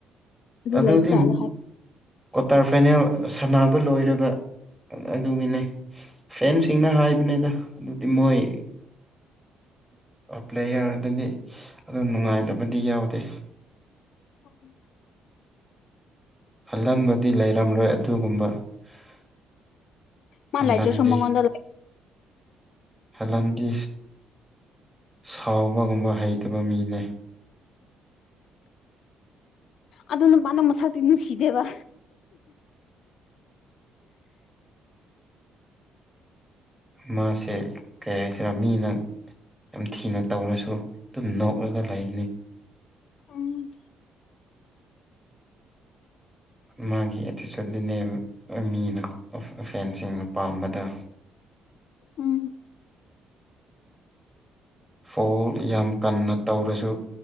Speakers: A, on the left (about 65°); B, in the centre.
A: ꯑꯗꯨ
B: ꯑꯗꯨꯗꯤ
A: ꯂꯩꯕ ꯖꯥꯠꯂꯥ ꯍꯥꯏ
B: ꯀ꯭ꯋꯥꯇꯔ ꯐꯥꯏꯅꯦꯜ ꯁꯥꯟꯅꯕ ꯂꯣꯏꯔꯒ ꯑꯗꯨꯒꯤꯅꯦ ꯐꯦꯟꯁꯤꯡꯅ ꯍꯥꯏꯕꯅꯤꯗ ꯑꯗꯨꯗꯤ ꯃꯣꯏ ꯄ꯭ꯂꯦꯌꯥꯔꯗꯗꯤ ꯑꯗꯨ ꯅꯨꯡꯉꯥꯏꯇꯕꯗꯤ ꯌꯥꯎꯗꯦ
A: <unintelligible>
B: ꯍꯜꯂꯥꯟꯕꯨꯗꯤ ꯂꯩꯔꯝꯂꯣꯏ ꯑꯗꯨꯒꯨꯝꯕ <inaudible>
A: ꯃꯥ
B: ꯍꯜꯍꯟꯗꯤ
A: ꯂꯥꯏꯇ꯭ꯔꯁꯨ ꯃꯒꯣꯟꯗ
B: ꯍꯜꯂꯥꯟꯗꯤ ꯁꯥꯎꯕꯒꯨꯝꯕ ꯍꯩꯇꯕ ꯃꯤꯅꯦ
A: ꯑꯗꯨ ꯅꯨꯄꯥꯗꫭ ꯃꯁꯛꯇꯤ ꯅꯨꯡꯁꯤꯗꯦꯕ
B: ꯃꯥꯁꯦ ꯀꯩ ꯍꯥꯏꯁꯤꯔꯣ ꯃꯤꯅꯪ ꯌꯥꯝ ꯊꯤꯅ ꯇꯧꯔꯁꯨ ꯑꯗꯨꯝ ꯅꯣꯛꯂꯒ ꯂꯩꯅꯤ
A: ꯑꯝ
B: ꯃꯥꯒꯤ ꯑꯦꯇꯤꯆꯨꯠꯇꯅꯦꯕ ꯃꯤꯅ ꯐꯦꯟꯁꯤꯡꯅ ꯄꯥꯝꯕꯗ
A: ꯎꯝ
B: ꯐꯣꯜ ꯌꯥꯝ ꯀꯟꯅ ꯇꯧꯔꯁꯨ